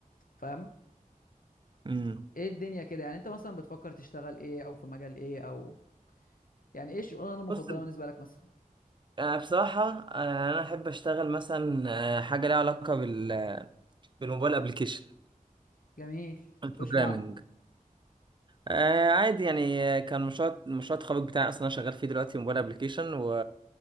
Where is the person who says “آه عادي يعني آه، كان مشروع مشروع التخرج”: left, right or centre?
Right